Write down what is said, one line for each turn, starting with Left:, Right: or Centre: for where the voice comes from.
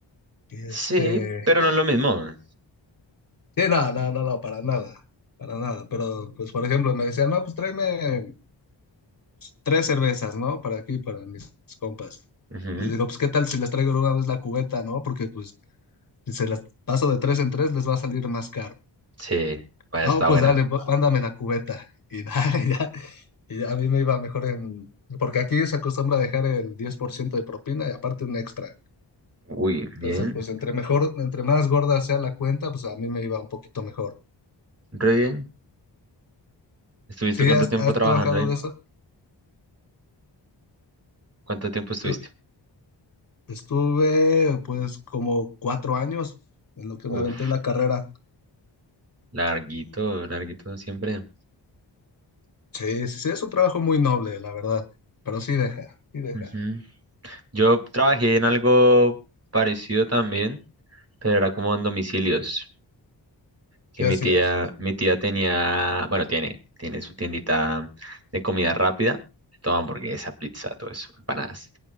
Left: Y este,
Right: sí, pero no es lo mismo.
Left: sí, no, no, no, no, para nada, para nada. Pero pues por ejemplo me decían, no, pues tráeme tres cervezas, ¿no? Para aquí, para mis compas.
Right: Ujú,
Left: Les digo, pues qué tal si les traigo de una vez la cubeta, ¿no? Porque pues si se las paso de tres en tres les va a salir más caro.
Right: Sí, vaya,
Left: No,
Right: está
Left: pues
Right: buena.
Left: dale, va- mándame la cubeta. Y dale, <laughs> ya. Y ya a mí me iba mejor en... Porque aquí se acostumbra a dejar el 10% de propina y aparte un extra.
Right: Uy,
Left: Entonces,
Right: bien,
Left: pues entre mejor, entre más gorda sea la cuenta, pues a mí me iba un poquito mejor.
Right: re bien. ¿Estuviste
Left: ¿Sí
Right: cuánto
Left: has,
Right: tiempo
Left: has
Right: trabajando
Left: trabajado
Right: ahí?
Left: de eso?
Right: ¿Cuánto tiempo estuviste?
Left: Yo Estuve pues como cuatro años en lo que
Right: Uf,
Left: me aventé la carrera.
Right: larguito, larguito siempre.
Left: Sí, sí, sí, es un trabajo muy noble, la verdad. Pero sí deja, sí deja.
Right: Ujú. Yo trabajé en algo parecido también, pero era como en domicilios, que
Left: ¿Qué
Right: mi
Left: hacías?
Right: tía, mi tía tenía, bueno, tiene, tiene su tiendita de comida rápida, todo hamburguesa, pizza, todo eso, empanadas.